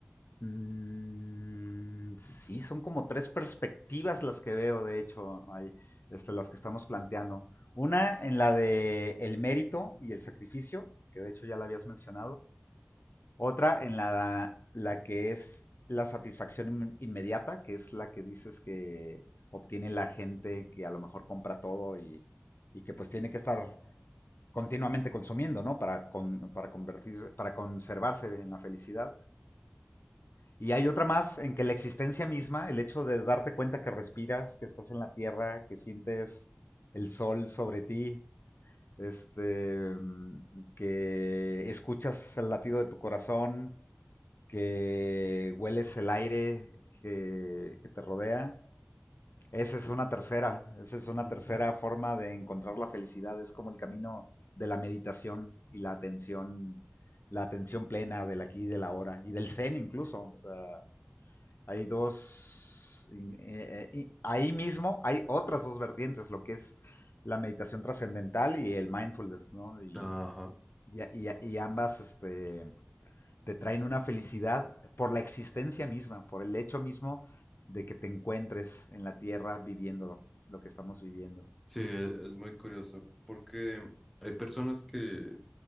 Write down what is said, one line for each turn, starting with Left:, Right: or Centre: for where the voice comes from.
Left: Mm, sí, son como tres perspectivas las que veo, de hecho, ahí, este, las que estamos planteando. Una en la de el mérito y el sacrificio, que de hecho ya la habías mencionado. Otra en la, la que es la satisfacción in- inmediata, que es la que dices que obtiene la gente que a lo mejor compra todo y, y que pues tiene que estar continuamente consumiendo, ¿no? Para, con- para convertir, para conservarse en la felicidad. Y hay otra más en que la existencia misma, el hecho de darte cuenta que respiras, que estás en la tierra, que sientes el sol sobre ti, este, mm, que escuchas el latido de tu corazón, que hueles el aire que, que te rodea. Esa es una tercera, esa es una
Centre: Ujú.
Left: tercera forma de encontrar la felicidad, es como el camino de la meditación y la atención, la atención plena del aquí y del ahora, y del zen incluso, o sea, hay dos, eh, eh, ahí mismo hay otras dos vertientes, lo que es la meditación trascendental y el mindfulness, ¿no? Y,
Centre: Ajá.
Left: y, y, y ambas este, te traen una felicidad por la existencia misma, por el hecho mismo de que te encuentres en la tierra viviendo lo que estamos viviendo.
Centre: Sí, e- es muy curioso porque hay personas que